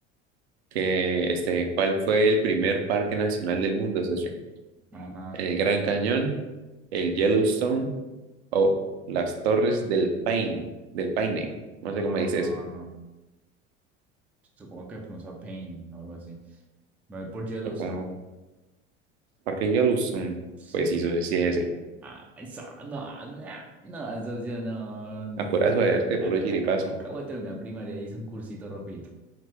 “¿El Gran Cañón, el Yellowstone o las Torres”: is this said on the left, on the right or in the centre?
Right